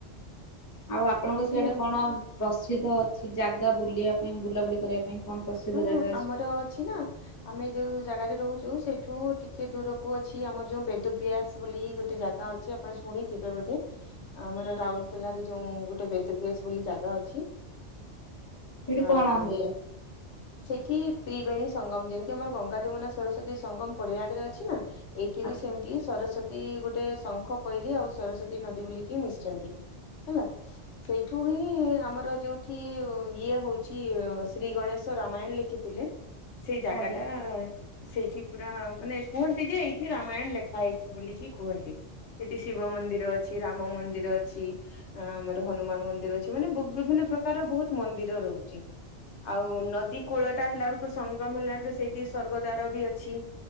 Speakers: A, on the left; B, on the left.
A: ଆଉ ଆପଣଙ୍କ
B: ଏମିତି
A: ସେଆଡେ
B: ଆଉ।
A: କଣ? ପ୍ରସିଦ୍ଧ ଅଛି ଜାଗା ବୁଲିବା ପାଇଁ ବୁଲାବୁଲି କରିବା ପାଇଁ କଣ ପ୍ରସିଦ୍ଧ
B: ହଁ,
A: ଜାଗା
B: ଆମର ଅଛି ନା- ଆମେ ଯୋଉ ଜାଗାରେ ରହୁ ସେଇଠୁ ଟିକେ ଦୂରକୁ ଅଛି, ଆମର ଯୋଉ ବେଦବ୍ୟାସ୍ ବୋଲି ଗୋଟେ ଜାଗା ଅଛି, ଆପଣ ଶୁଣିଥିବେ ଆମର ରାଉରକେଲାରେ ଯୋଉ ଗୋଟେ ବେଦବ୍ୟାସ୍ ବୋଲି ଜାଗା ଅଛି
A: ସେଠି କଣ
B: ଆଉ
A: ହେଲା?
B: ସେଠି ତ୍ରିବେଣୀ ସଙ୍ଗମ ଯେମିତି -ଆମର ଗଙ୍ଗା, ଯମୁନା, ସରସ୍ଵତୀ, ସଙ୍ଗମ ପରିବା ଆଗରେ ଅଛି ନା ଏଇଠି
A: ଆଚ୍ଛା
B: ବି ସେମିତି ସରସ୍ଵତୀ ଗୋଟେ ଗୋଟେ ଶଙ୍ଖ କହିଲ ଆଉ ସରସ୍ଵତୀ ନଦୀ ବୁଲିକି ମିଶିଛନ୍ତି ହେଲା। ସେଇଠୁ ବି ଆମର ଯୋଉଠି ଇଏ ହଉଛି -ଶ୍ରୀ ଗଣେଶ ରାମାୟଣ ଲେଖିଥିଲେ ସେଇ ଜାଗା
A: ଆଜ୍ଞା
B: ଟା ସେଇଠି ପୁରା ମାନେ କୁହନ୍ତି ଯେ- ଏଇଠି ରାମାୟଣ ଲେଖା ହେଇଛି । ବୋଲିକି କୁହନ୍ତି। ସେଠି ଶିବ ମନ୍ଦିର ଅଛି । ରାମ ମନ୍ଦିର ଅଛି । ଆଁ ଆମର ହନୁମାନ ମନ୍ଦିର ଅଛି, ମାନେ ବୁ ବିଭିନ୍ୟ ପ୍ର ତାର ବହୁତ ମନ୍ଦିର ରହୁଚି । ଆଉ ନଦି କୂଳ ଟା ତାମ୍ ହେଲା ବେଳକୁ ସଂଗମ୍ ହେଲା ବେଳକୁ ସେଇଠି ସ୍ୱର୍ଗଦ୍ୱାର ବି ଅଛି।